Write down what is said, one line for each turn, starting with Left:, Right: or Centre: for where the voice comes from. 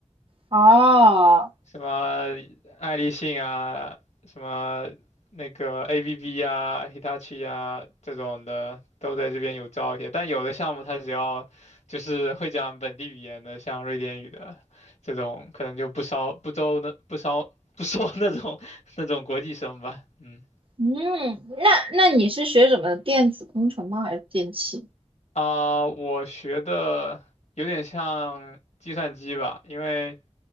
Right: 哦，
Left: 什么爱立信啊，什么那个 ABB 啊、Hitachi 啊这种的，都在这边有招一些。但有的项目它只要就是会讲本地语言的，像瑞典语的这种，可能就不招不招那不招不收那种 <laughs> 那种国际生吧。嗯
Right: 嗯，那那你是学什么的？电子工程吗？还是电器？
Left: 啊，我学的有点像计算机吧，因为。